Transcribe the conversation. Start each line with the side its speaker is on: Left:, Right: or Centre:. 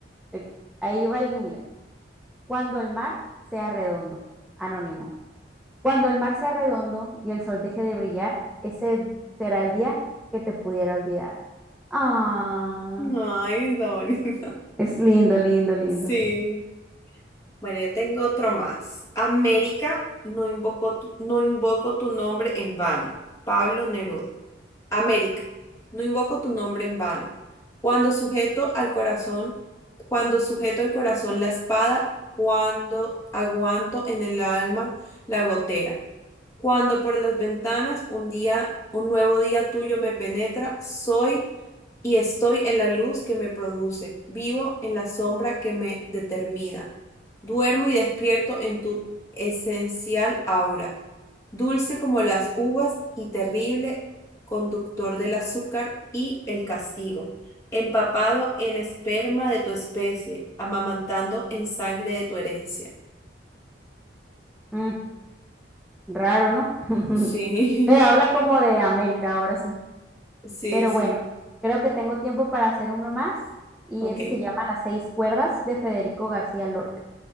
Centre: Ok, Ahí va el mío. Cuando el mar sea redondo, anónimo. Cuando el mar sea redondo y el sol deje de brillar, ese será el día que te pudiera olvidar. Ah,
Left: Ay, está bonito.
Centre: es lindo, lindo, lindo.
Left: Sí. Bueno, yo tengo otro más. América, no invoco tu, no invoco tu nombre en vano. Pablo Neruda. América, no invoco tu nombre en vano. Cuando sujeto al corazón, cuando sujeto al corazón la espada, cuando aguanto en el alma la gotera. Cuando por las ventanas un día, un nuevo día tuyo me penetra, soy y estoy en la luz que me produce, vivo en la sombra que me determina. Duermo y despierto en tu esencial aura, dulce como las uvas y terrible conductor del azúcar y el castigo, empapado en esperma de tu especie, amamantando en sangre de tu herencia.
Centre: Mm, raro, ¿no? <laughs>
Left: Sí,
Centre: Pero habla como de América ahora sí.
Left: <laughs> sí,
Centre: Pero
Left: sí,
Centre: bueno, creo que tengo tiempo para hacer uno más y
Left: ok.
Centre: ese se llama Las seis cuerdas de Federico García Lorca.